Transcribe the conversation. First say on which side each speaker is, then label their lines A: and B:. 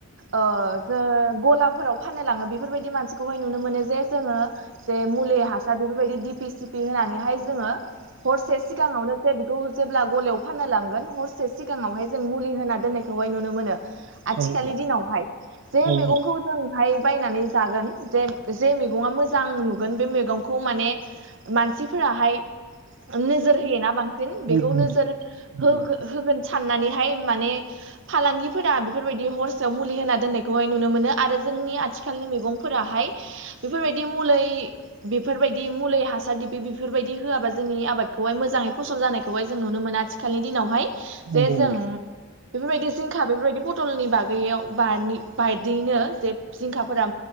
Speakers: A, on the right (about 55°); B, on the right (about 70°).
A: ओ जो गलाफोराव फाननो लाङो बेफोरबायदि मानसिखौहाय नुनो मोनो जे जोङो जे मुलि हासार बेफोरबायदि दिपि सिपि होनानैहाय जोङो हरसे सिगाङावनो जे बेखौ जेब्ला गलायाव फाननो लांगोन हरसे सिगाङावहाय <unintelligible> मुलि होना दोननाय खौहाय नुनो मोनो आथिखालनि
B: औ औ नंगौ औ
A: दिनावहाय
B: औ
A: जे
B: औ
A: मैगंखौ जोंहाय बायनानै जागोन जे जे मैगङा मोजां नुगोन बे मैगंखौ माने मानसिफोराहाय नोजोर होयोना बांसिन
B: नंगौ
A: बेखौ नोजोर
B: नंगौ
A: होगो- होगोन साननानै हाय माने फालांगिफोरा बेफोरबायदि हरसेयाव मुलि होना दोननायखौहाय नुनो मोनो आरो जोंनि आथिखालनि मैगंफोराहाय बेफोरबायदि मलै बेफोरबायदि मुलि हासार दिपि बेफोरबायदि होआबा जोंनि आबादखौहाय मोजाङै फसल जानायखौहाय जों नुनो मोना आ खालि दिनावहाय
B: नंगौ
A: जे जों
B: नों
A: बेफोरबायदि जिंखा बेफोरबायदि पथलनि बागैयाव बानि बायदियैनो जे जिंखाफोरा